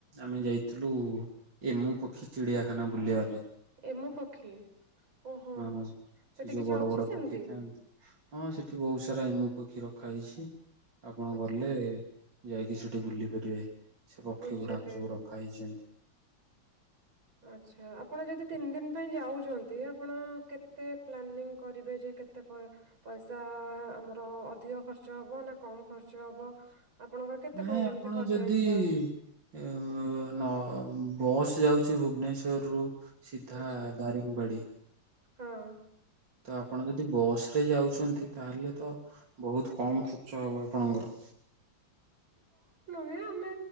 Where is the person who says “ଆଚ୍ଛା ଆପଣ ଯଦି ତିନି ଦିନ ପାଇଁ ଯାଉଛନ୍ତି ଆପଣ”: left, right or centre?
Right